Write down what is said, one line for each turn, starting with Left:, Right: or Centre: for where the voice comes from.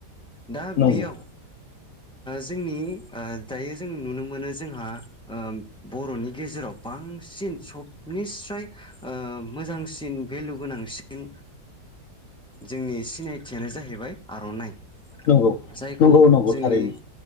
Centre: दा
Left: नंगौ
Centre: बेयाव। जोंनि दायो जों नुनो मोनो जोंहा बर'नि गेजेराव। बांसिन सबनिस्र मोजांसिन भेलु गोनांसिन। जोंनि सिनायथियानो जाहैबाय आर'नाइ।
Left: नंगौ
Centre: जायखौ
Left: नंगौ नंगौ
Centre: जोंनि।
Left: थारैनो